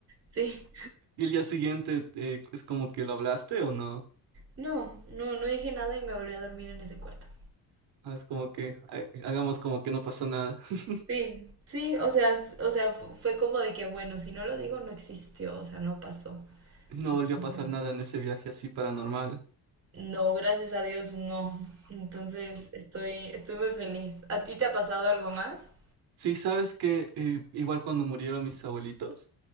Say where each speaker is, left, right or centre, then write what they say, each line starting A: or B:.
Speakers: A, on the right; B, on the right.
A: Sí.
B: Y el día siguiente eh, es como que lo hablaste o no.
A: No, no, no dije nada y me volví a dormir en ese cuarto.
B: Ah, Es como que ah, hagamos como que no pasó nada. <laughs>
A: Sí, sí, o sea, s- o sea, fu- fue como de que, bueno, si no lo digo, no existió, o sea, no pasó.
B: Y no
A: Entonces,
B: volvió a pasar nada en ese viaje así paranormal.
A: no, gracias a Dios, no. Entonces, estoy, estoy muy feliz. ¿A ti te ha pasado algo más?
B: Sí, sabes que igual cuando murieron mis abuelitos,